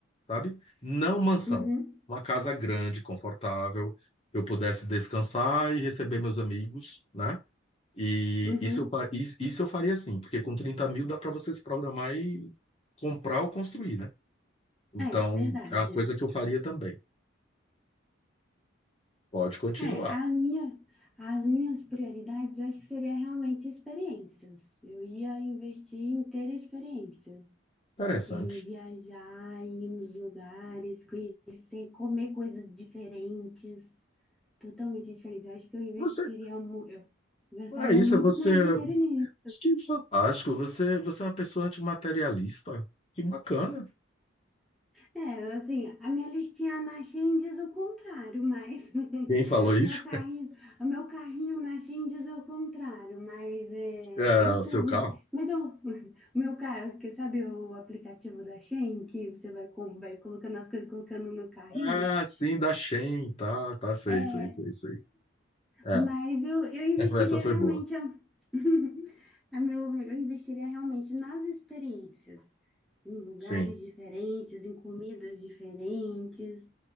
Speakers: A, on the left; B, in the centre.
A: sabe? Não mansão.
B: Uhum,
A: Uma casa grande, confortável, que eu pudesse descansar e receber meus amigos, né? E
B: uhum.
A: isso eu, fa- is- isso eu faria sim, porque com 30 mil dá para você se programar e comprar ou construir, né? Então,
B: É verdade.
A: é uma coisa que eu faria também. Pode continuar.
B: É, a minha, as minhas prioridades eu acho que seria realmente experiências. Eu ia investir em ter experiência,
A: Interessante.
B: em viajar, em ir nos lugares, conhecer, comer coisas diferentes, totalmente diferentes. Eu acho que eu investiria,
A: Você,
B: mu- eu gastaria
A: é isso,
B: muito
A: você,
B: mais dinheiro nisso.
A: isso que é fantástico. Você, você é uma pessoa antimaterialista. Que bacana.
B: É, assim, a minha listinha na Shein diz o contrário, mas <laughs>
A: Quem falou isso?
B: meu carrinho, o meu carrinho na Shein diz o contrário, mas é,
A: É,
B: eu,
A: o seu carro?
B: mas eu, <laughs> meu carro, que sabe o aplicativo da Shein que você vai, com- vai colocando as coisas colocando no carrinho?
A: Ah, sim, da Shein, tá, tá, sei,
B: É,
A: sei, sei, sei. É,
B: mas eu, eu investiria
A: <laughs> essa foi
B: realmente
A: boa,
B: a, <laughs> a meu, eu investiria realmente nas experiências, em lugares
A: sim.
B: diferentes, em comidas diferentes.